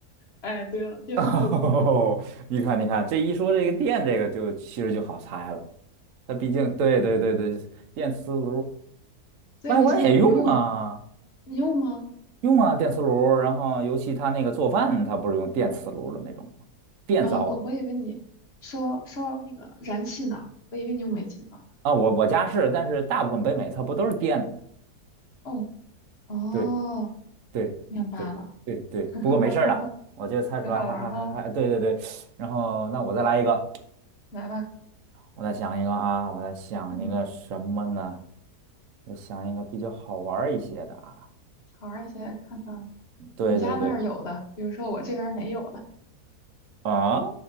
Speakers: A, on the left (about 45°); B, on the right (about 60°).
A: 哎，对了，电磁炉，
B: 哦，<laughs> 你看，你看，这一说这个电，这个就其实就好猜了。它毕竟，对对对对，电磁炉，
A: 所以你现在不用，
B: 外国人也用啊，
A: 你用吗？
B: 用啊电磁炉。然后，尤其他那个做饭，他不是用电磁炉的那种吗？电灶
A: 啊，我我以为你说烧那个燃气呢，我以为你用煤气灶。
B: 啊，我我家是，但是大部分北美它不都是电的吗？
A: 哦哦，
B: 对对对对对，
A: 明白了，<laughs> 哈哈哈哈
B: 不过没事儿了，我就猜出来，
A: 挺好玩儿哈，
B: 还还还还，对对对。然后，那我再来一个，
A: 来吧，
B: 我再想一个啊，我再想一个什么呢？
A: 嗯，
B: 我想一个比较好玩儿一些的啊。
A: 好玩儿一些，看看
B: 对对对，
A: 你家那儿有的，比如说我这边儿没有的，
B: 啊，